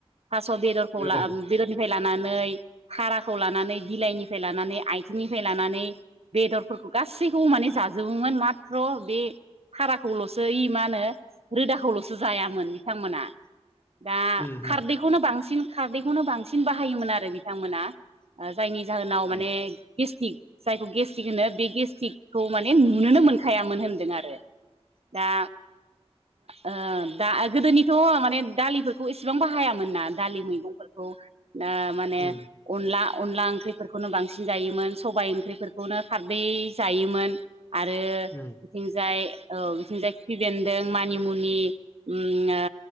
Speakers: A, on the right (about 70°); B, on the left (about 20°).
A: थास' बेदरखौ
B: रोदा
A: ला बेदरनि बेनिफाय लानानै हाराखौ लानानै बिलाइनिफ्राय लानानै आइथिंनिफ्राय लानानै बेदरफोरखौ गासैखौबो माने जाजोबोमोन माथ्र' बे हाराखौल'सो ओइ मा होनो रोदाखौल'सो जायामोन बिथांमोना दा
B: उम
A: खारदैखौनो
B: उम
A: बांसिन खारदैखौनो बांसिन बाहायोमोन आरो बिथांमोना ओ जायनि जाहोनाव
B: उम
A: माने गेस्टिक जायखौ गेस्टक होनो बे गेस्टिकखौ माने नुनोनो मोनखायामोन होनदों आरो दा ओ दा गोदोनिथ' माने दालिफोरखौ एसेबां बाहायामोन ना दालि मैगंफोरखौ दा माने
B: उम
A: अनला अनला ओंख्रिफोरखौनो बांसिन जायोमोन सबाय ओंख्रिफोरखौनो खारदै जायोमोन आरो
B: उम उम
A: बिथिंजाय औ बिथिंजाय खिफि बेन्दों मानिमुनि उम ओ